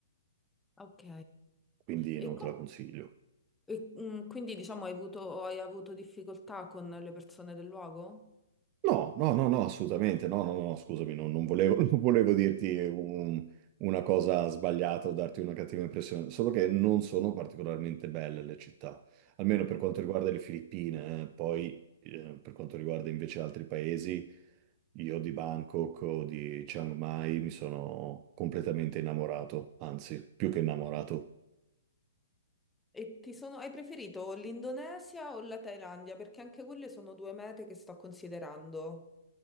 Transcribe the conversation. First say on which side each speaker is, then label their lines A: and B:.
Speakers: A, in the centre; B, on the right.
A: Ok.
B: quindi
A: E,
B: non te
A: co-
B: la consiglio.
A: e, mm, quindi, diciamo, hai avuto, hai avuto difficoltà con le persone del luogo?
B: No, no, no, no, assolutamente, no, no, no, scusami, non, non volevo, <laughs> non volevo dirti un- una cosa sbagliata o darti una cattiva impressione, solo che non sono particolarmente belle le città, almeno per
A: Oh.
B: quanto riguarda le Filippine, eh. Poi eh, per quanto riguarda invece altri paesi, io di Bangkok o di Chiang Mai mi sono completamente innamorato, anzi, più che innamorato.
A: E ti sono, hai preferito l'Indonesia o la Thailandia? Perché anche quelle sono due mete che sto considerando.